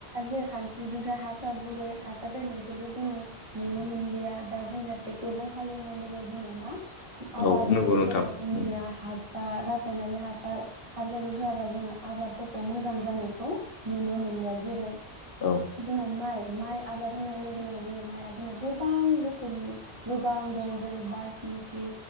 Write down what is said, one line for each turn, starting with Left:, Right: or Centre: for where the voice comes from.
Right: जेरै खानस्रिजोंसो हाफ्रा गुरै हासार जानाय बेफोरखौ जोङो नुनो मोनलिया दा जोंना ट्रेक्टरजों हालेवनाय लोगो जोंना मा आबाद
Left: औ नंगौ
Right: मावनायफोराव
Left: नोंथां
Right: जोंनिया
Left: उम
Right: हासा रासायनारि हासार हाबि जाबि होआबा जोङो आबादफोरखौ मोजां जानायखौ नुनो मोनलिया जेरै जोंना
Left: औ
Right: माइ। माइ आबाद होननाय लोगो लोगो जेरै माइआ जोंना गोबां रोखोमनि गोबां दं जेरै बासमति,